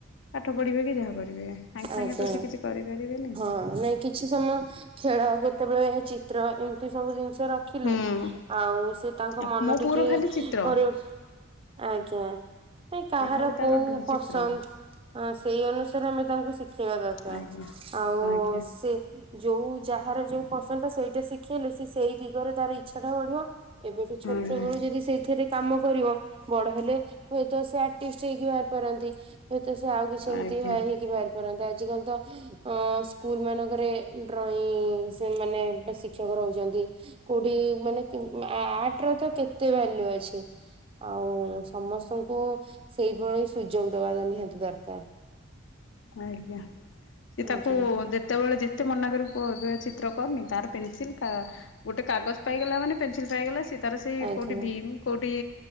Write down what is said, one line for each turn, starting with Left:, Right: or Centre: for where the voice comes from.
Left: ପାଠ ପଢିବେ କି ଯାହା କରିବେ। ବେ ସାଙ୍ଗେ ସାଙ୍ଗେ
Right: ଆଜ୍ଞା
Left: ତ ସେ କିଛି କରିପାରିବେନି।
Right: ହଁ ନାଇଁ କି କିଛି ସମୟ ଖେଳ କେତେବେଳେ ଚିତ୍ର ଏମିତି ସବୁ ଜିନିଷ। ସେ ରଖିଲେ
Left: ହୁଁ
Right: ଆଉ ସେ ତାଙ୍କ ମନ
Left: ମୋ ପୁଅର
Right: ଟିକି
Left: ଖାଲି ଚିତ୍ର
Right: ପରିବତ୍ରନ ଆଜ୍ଞା ନା କାହାର
Left: ସେ ଖାଲି ତାର
Right: କୋଉ ପସନ୍ଦ
Left: ଚିତ୍ର ଦେଖେ।
Right: ଅ ସେଇ ଅନୁସାରେ ଆମେ ତାଙ୍କୁ ଶିଖେଇବା ଦରକାର
Left: ଆଜ୍ଞା
Right: ଆଉ
Left: ଆଜ୍ଞା।
Right: ସେ ଯୋଉ ଯାହାର ଯୋଉ ପସନ୍ଦ ସେଇଟା ଶିଖେଇଲେ ସେ ସେଇ ଦିଗରେ ତାର ଇଚ୍ଛାଟା ବଢିବ। ଏବେଠୁ
Left: ହୁଁ
Right: ଛୋଟ ବେଳୁ ଯଦି ସେଇଥିରେ କାମ କରିବ ବଡ ହେଲେ ହୁଏତ ସେ ଆର୍ଟିଷ୍ଟ ହେଇକି ବାହାରି ପାରନ୍ତି? ହୁଏତ ସେ ଆଉ କିଛି ଏମିତି
Left: ଆଜ୍ଞା
Right: ହେଇକି ବାହାରି ପାରନ୍ତି ଆଜିକାଲି ତ ଅ ସ୍କୁଲ ମାନଙ୍କରେ ଡ୍ରଇଂ ସେ ମାନେ ଶିକ୍ଷକ ରହୁଛନ୍ତି। କୋଉଠି ମାନେ ଆଟ ର ତ କେତେ ଭାଲ୍ୟୁ ଅଛି? ଆଉ ସମସ୍ତଙ୍କୁ ସେଇଭଳି ସୁଯୋଗ ଦବା ନି ନିହାତି ଦରକାର।
Left: ଆଜ୍ଞା ସିଏ ତାକୁ
Right: ଆଜ୍ଞା
Left: ଯେ ତେବେଳେ ଯେତେ ମନା କର ଚିତ୍ର କରନି ତାର ପେନ୍ସିଲ୍ କା ଗୋଟେ କାଗଜ ପାଇଗଲା ମାନେ ପେନସିଲ ପାଇଗଲା ସେ ତାର ସେ
Right: ଆଜ୍ଞା।
Left: କୋଉଠି ଭୀମ୍ କଉଁଠି